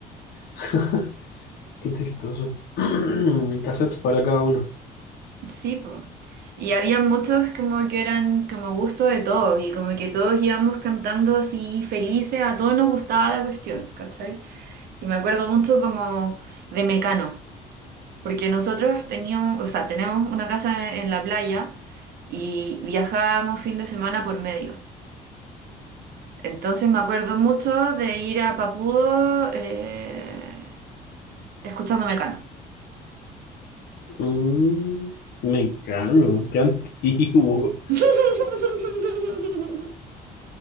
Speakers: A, on the left; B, on the right.
A: <laughs> Qué chistoso. <clears throat> Cassettes para cada uno.
B: Sí, po. Y había muchos como que eran como gusto de todos y como que todos íbamos cantando así felices, a todos nos gustaba la cuestión, ¿cachai? Y me acuerdo mucho como de Mecano, porque nosotros teníamos, o sea, tenemos una casa en la playa y viajábamos fin de semana por medio. Entonces me acuerdo mucho de ir a Papudo eh, escuchando Mecano.
A: Mm, me cano, <laughs> qué antiguo.
B: <laughs>